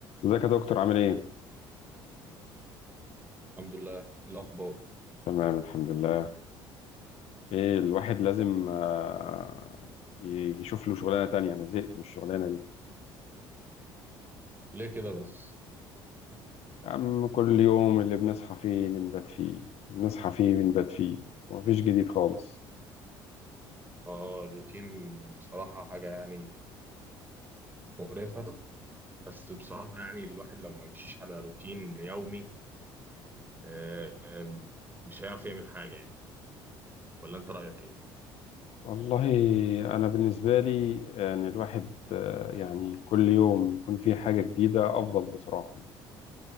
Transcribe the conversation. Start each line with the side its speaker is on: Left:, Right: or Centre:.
Left: ازيك يا دكتور عامل ايه؟
Right: الحمد لله الأخبار
Left: تمام الحمد لله ايه الواحد لازم آه، يشوف له شغلانة تانية انا زهقت من الشغلانة دي
Right: ليه كده بس
Left: يا عم كل يوم اللي بنصحى فيه بنبات فيه بنصحى فيه بنبات فيه ومفيش جديد خالص
Right: اه الروتين بصراحة حاجة يعني مقرفة بس بصراحة يعني الواحد لو ما مشيش على روتين يومي آه، آه، مش هيعرف يعمل حاجة يعني ولا أنت رأيك إيه؟
Left: والله انا بالنسبة لي ان الواحد آه، يعني كل يوم يكون فيه حاجة جديدة افضل بصراحة يعني